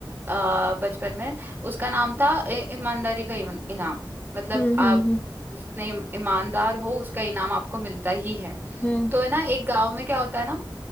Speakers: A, on the right; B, on the left.
A: आ, बचपन में उसका नाम था इ- ईमानदारी का इम- इनाम मतलब
B: हम्म
A: आप
B: हम्म
A: जितने ईम- ईमानदार हो उसका इनाम आपको मिलता ही है
B: हम्म
A: तो है ना एक गांव में क्या होता है ना